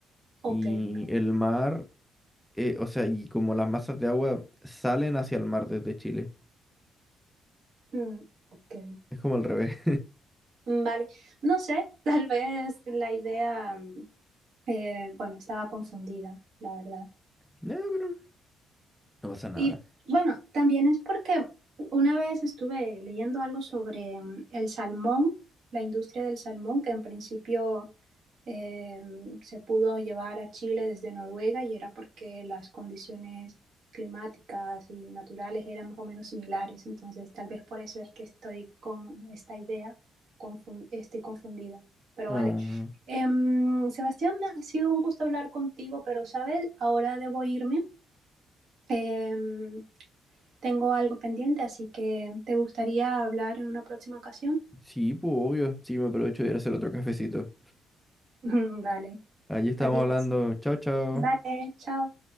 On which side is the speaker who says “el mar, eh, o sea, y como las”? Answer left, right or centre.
Centre